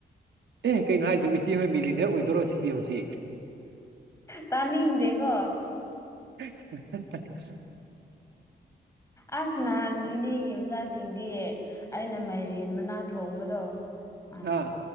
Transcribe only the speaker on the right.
ꯑꯦ ꯀꯩꯅꯣ ꯍꯥꯏꯖ ꯏꯆꯦ ꯍꯣꯏ ꯃꯤꯂꯤꯅꯤꯌꯔ ꯑꯣꯏꯗꯣꯏꯔꯣ ꯁꯤꯗꯤ ꯍꯧꯖꯤꯛ
<inaudible>
ꯑꯥ